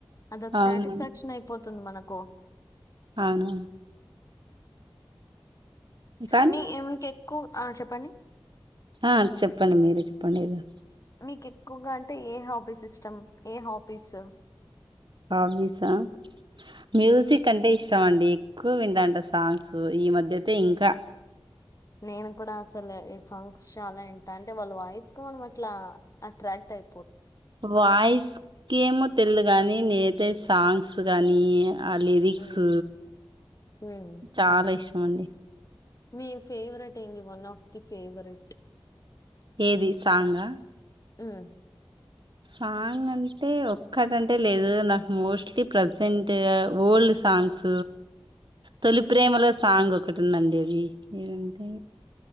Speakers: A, on the left (about 40°); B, on the right (about 60°).
A: అదొక
B: అవునవును
A: సాటిస్ఫాక్షన్ అయిపోతుంది మనకు
B: అవునవును కానీ
A: మీ ఉ మీకెక్కువ ఆ చెప్పండి
B: ఆ చెప్పండి మీరే చెప్పండి ఏదో
A: మీకెక్కువగా అంటే ఏ హాబీస్ ఇష్టం ఏ హాబీస్
B: హాబీసా మ్యూజిక్ అంటే ఇష్టం అండి ఎక్కువ వింటాంట సాంగ్స్ ఈ మధ్యయితే ఇంకా
A: నేను కూడ అసలు సాంగ్స్ చాలా ఇంట అంటే వాళ్ళ వాయిస్ కు మనం అట్లా అట్రాక్ట్ అయి
B: వాయిస్ కేమో తెల్దు గాని నేనైతే సాంగ్స్ గానీ ఆ లిరిక్స్
A: హ్మ్. హ్మ్.
B: చాలా ఇష్టం అండి
A: మీ ఫెవరెట్ ఏంది వన్ ఆఫ్ ది ఫెవరెట్
B: ఏది సాంగా
A: ఉమ్
B: సాంగ్ అంటే ఒక్కటంటే లేదు నాకు మోస్ట్లీ ప్రసెంట్ ఓల్డ్ సాం సాంగ్స్ తొలి ప్రేమలో సాంగ్ ఒకటి ఉందండి అదీ ఏదంటే